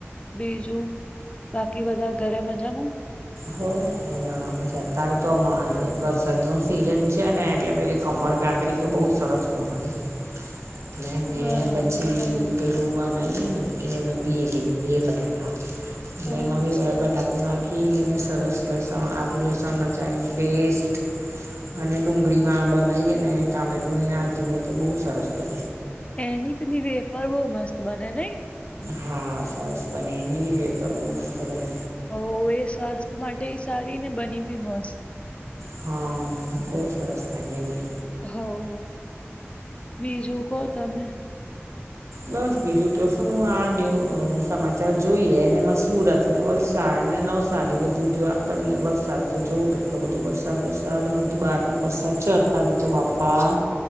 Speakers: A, on the left; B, on the right.
A: બીજું બાકી બધા ઘરે મજામાં.
B: હો એ હાં પછી અત્યારે તો માહલ વરસાદનો સિઝન છે ને એટલે પેલી. કમર કાંકડી તો બહુ સરસ મળે. એટલે મેં
A: બરાબર
B: પછી
A: બરાબર
B: પેલું બનાવીએ ને. એને અમે બીહ કહેએ બીહ પટાટા એલેમાં
A: અ
B: બી બ બટાકુ નાખીને સરસ લસણ આદુ લસણ મરચાની પેસ્ટ. અને ડુંગળીમાં બનાવીએ ને ટામેટુંને નાખીને તો બહુ સરસ પડે
A: એની પેલી વેફર બોહ મસ્ત બને નઈ.
B: હા સરસ બને એની વેફર બો મસ્ત બને.
A: હો એ સ્વાસ્થ્ય માટેય સારી ને બની બી મસ્ત.
B: હા બઉુ સરસ લાગેલી.
A: હાવ બીજું કો તમે.
B: બસ બીજું તો શું આ ન્યુ અ સમાચાર જોઈએ એનેમાં સુરત ને વલસાડ, ને નવસારી બધું જોયા કરીએ વરસાદ તો જોવો કેટલો બધો વરસાદ વરસે <unintelligible> નું વરસાદ છે અતારે તો બાપા.